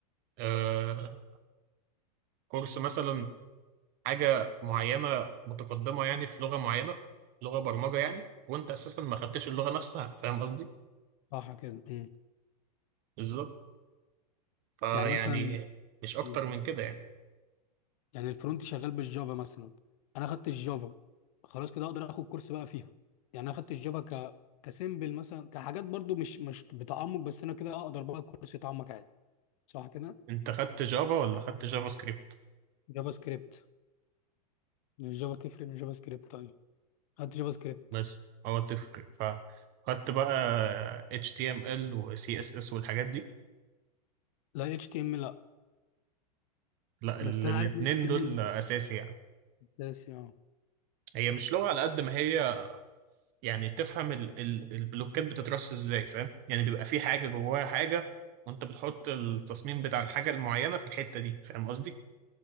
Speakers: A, on the right; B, on the left.
A: آه، كورس مثلا حاجة معينة متقدمة يعني في لغة معينة في لغة برمجة يعني وانت اساسا ما خدتش اللغة نفسها فاهم قصدي
B: صح كده أمم.
A: بالظبط فيعني
B: يعني مثلا
A: مش اكتر
B: أمم.
A: من كده يعني
B: يعني الفرونت شغال بالجافا مثلا انا خدت الجافا خلاص كده اقدر اخد كورس بقى فيها يعني انا خدت الجافا ك كسيمبل مثلا كحاجات برضو مش مش بتعمق بس انا كده اقدر بقى كورس يتعمق عادي صح كده
A: انت خدت جافا ولا خدت جافا سكريبت
B: جافا سكريبت الجافا تفرق من جافا سكريبت طيب خدت جافا سكريبت
A: بس هو تفرق فخدت بقى HTML و CSS والحاجات دي
B: لا اتش تي ام لا
A: لا ال-
B: بس انا
A: الاتنين
B: عارف اتش تي
A: دول
B: ام ال
A: اساسي يعني
B: اساسي اه
A: هي مش لغة على قد ما هي يعني تفهم ال ال البلوكات بتترص ازاي فاهم يعني بيبقى في حاجة جواها حاجة وانت بتحط التصميم بتاع الحاجة المعينة في الحتة دي فاهم قصدي